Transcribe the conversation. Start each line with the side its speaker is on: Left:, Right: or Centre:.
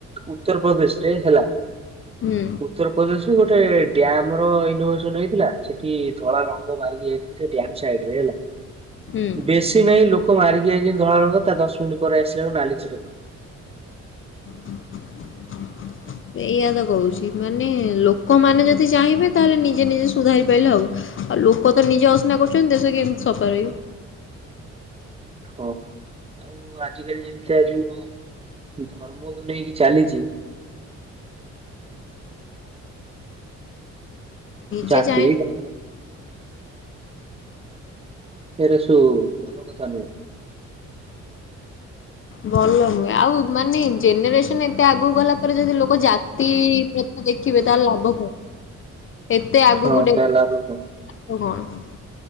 Right: ଉତ୍ତରପ୍ରଦେଶ ରେ ହେଲା।
Left: ହୁଁ।
Right: ଉତ୍ତର ପ୍ରଦେଶରେ ଗୋଟେ ଡ୍ୟାମ ର ଇନୋଭସନ ହେଇଥିଲା। ସେଠି ଧଳା ରଙ୍ଗ ମାରିକି ସେଠି ଡ୍ୟାମ ସାଇଡ ରେ ହେଲା।
Left: ହୁଁ
Right: ବେଶୀ ନାହିଁ। ଲୋକ ମାରିକି ଯାଇ ଧଳା ରଙ୍ଗ ତ। ତା ଦଶ ମିନିଟ୍ ପରେ ଆସିଲାେ ନାଲି ଛିଟ ପଡିବ।
Left: <unintelligible> ଏଇଆ ତ କହୁଛି, ମାନେ ଲୋକମାନେ ଯଦି ଚାହିଁବେ, ତାହେଲେ ନିଜେ ନିଜେ ସୁଧାରି ପାଇଲେ ହବ। ଆଉ ଲୋକ ତ ନିଜେ ଅସନା କରୁଛନ୍ତି, ଦେଶ କେମିତି ସଫା ରହିବ?
Right: ହଁ। ଆଉ ଆଜିକାଲି ଯେମିତି ଯୋଉ, ଧର୍ମକୁ ନେଇକି ଚାଲିଛି।
Left: ନିଜେ
Right: ଜାତି
Left: ଚାହିଁ
Right: ଧ <inaudible> ଭଲ କଥା ନୁହେଁ।
Left: ଭଲ ନୁହେଁ ଆଉ। ମାନେ ଜେନେରେସନ ଏତେ ଆଗକୁ ଗଲା ପରେ ଯଦି ଲୋକ <unintelligible> ଦେଖିବେ, ତାର ଲାଭ ହଏ। ଏତେ ଆଗକୁ
Right: ହଁ
Left: <unintelligible>
Right: ତାହେଲେ ଆପଣ କଣ